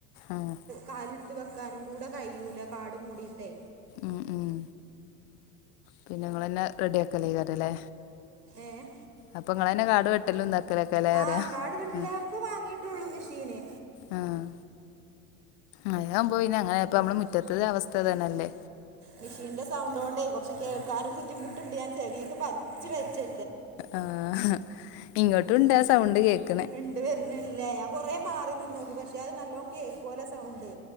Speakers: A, on the left; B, on the right.
A: ആഹ്
B: കാല്ട്ത്ത് വെക്കാനും കൂടെ കഴിയ്യൂല കാട് മൂടീട്ടെ.
A: ഉം ഉം പിന്നെങ്ങളെന്നെ റെഡിയാക്കലയ്ക്കാരല്ലേ.
B: ഏഹ്
A: അപ്പൊങ്ങളെന്നെ കാട് വെട്ടലും ത- കലെ കെലേ
B: ആ
A: റിയ
B: കാട് വെട്ടില്ല
A: അ...
B: അപ്പൊ വാങ്ങിയിട്ടുള്ളൂ മെഷീന്
A: ആഹ് മയാവ്മ്പൊ പിന്നങ്ങനെ ഇപ്പമ്മളെ മുറ്റത്ത്ത അവസ്ഥ ഇതന്നല്ലേ.
B: മിഷീന്റെ സൗണ്ടോണ്ടെയ് കൊർച്ച് കേക്കാനും ബുദ്ധിമുട്ട്ണ്ട്. ഞാൻ ചെവീക്ക് പതിച്ച് വെച്ച്
A: ആഹ് ഹ് ഇങ്ങോട്ടുംണ്ട് ആ സൗണ്ട് കേക്ക്-
B: ഇണ്ട് വരുണ്ല്ലേ, ഞാൻ കൊറേ മാറി നിന്നോക്കി പക്ഷെ അത് നല്ലോം കേക്കോല സൗണ്ട്.